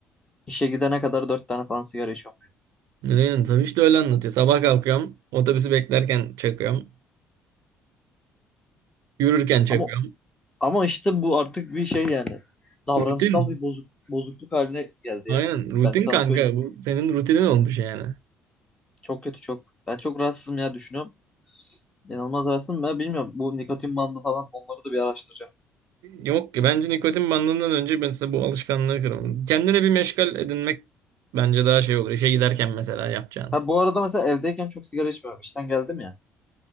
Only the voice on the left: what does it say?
işe gidene kadar dört tane falan sigara içiyorum.
Ama ama işte bu artık bir şey yani. Davranışsal
bir bozuk, bozukluk haline geldi
yani.
Ben sana
söyleyeyim.
Çok kötü çok. Ben çok rahatsızım ya düşünüyorum. İnanılmaz rahatsızım. Ben bilmiyorum. Bu nikotin bandı falan onları da bir araştıracağım.
Ha bu arada mesela evdeyken çok sigara içmiyorum. İşten geldim ya.